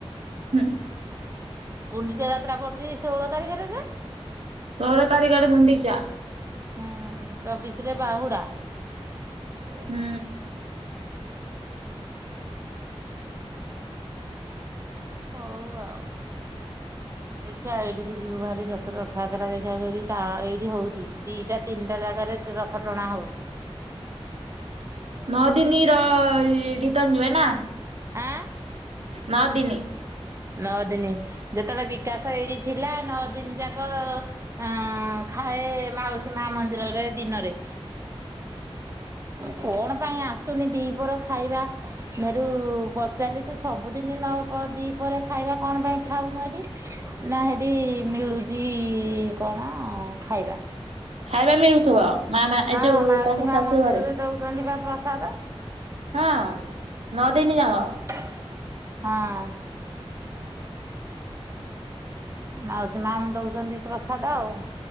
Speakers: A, on the right; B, on the right.
A: ହୁଁ।
B: ଗୁଣ୍ଡିଚା ଯାତ୍ରା ପଡୁଚି ଷୋହଳ ତାରିଖରେ ଯେ?
A: ଷୋଳ ତାରିଖ ରେ ଗୁଣ୍ଡିଚା।
B: ହୁଁ ଚବିଶରେ ବାହୁଡା।
A: ହୁଁ।
B: ହୁଁ ହଉ ଆଉ ଦେଖିବା ଏଇଠିକି ଯିବୁ ଭାରି ଯତ ରଥାବାତ୍ରା ଦେଖା କରି। ଏଇଠି ହଉଛି ଦିଟା ତିନିଟା ଜାଗାରେ ରଥ ଟଣା ହଉଚି।
A: ନ ଦିନି ର ରିଟର୍ନ ଯିବେ ନା।
B: ଆଁ?
A: ନଅ ଦିନି।
B: ନଅ ଦିନ ଯେତେବେଳେ ବିକାଶ ଏଇଠି ଥିଲା ନଅ ଦିନ ଯାକ ଅଁ ଖାଏ ମାଉସୀ ମା ମନ୍ଦିରରେ ଦିନରେ। କଣ ପାଇଁ ଆସୁନି ଦିପଅର ଖାଇବା ମରୁ ପଚାରିଲି ତୁ ସବୁଦିନ ନ ଦି ପରେ ଖାଇବା କଣ ପାଇଁ ଖଉନୁ ଏଠି? ନା ହେଠି ମିଳୁଚି କଣ ଖାଇବା।
A: ଖାଇବା ମିଳୁଥିବ ମା ମା
B: ହଁ
A: ଏ ଯୋଉ
B: ମାଉସୀ
A: ତାଙ୍କ
B: ମା
A: ଶାଶୁ
B: ମନ୍ଦିରରେ
A: ଘରେ।
B: ଦଉଛନ୍ତି ବା ପ୍ରସାଦ।
A: ହଁ ନ ଦିନି ଯାକ।
B: ହଁ। ମାଉସୀ ମା ଦଉଚନ୍ତି ପ୍ରସାଦ ଆଉ,